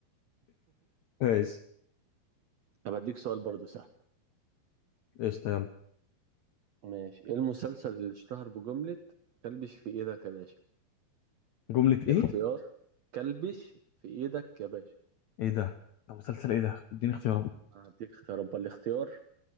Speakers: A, on the left (about 75°); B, on the right (about 70°).
A: ماشي
B: طب اديك سؤال برضه سهل
A: قشطة يلا
B: ماشي ايه المسلسل اللي اشتهر بجملة كلبش في ايدك يا باشا
A: جملة
B: الاختيار
A: ايه
B: كلبش في ايدك يا باشا
A: ايه ده ده مسلسل ايه ده اديني اختيارات
B: هديك اختيارات بقى الاختيار